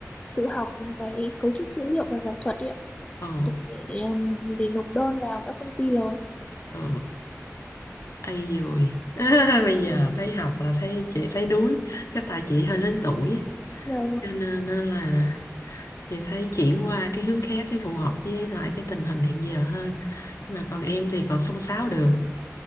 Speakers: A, on the left; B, on the left.
A: tự học cái cấu trúc dữ liệu và giải thuật đấy ạ
B: ồ
A: để, để um, để nộp đơn vào các công ty lớn.
B: ồ ai rồi <laughs> bây giờ thấy học là thấy chị thấy đuối chắc tại chị hơi lớn tuổi á.
A: Giờ
B: cho nên á là chị thấy chuyển qua cái hướng khác để phù hợp với lại cái tình hình hiện giờ hơn nhưng mà còn em thì còn xông xáo được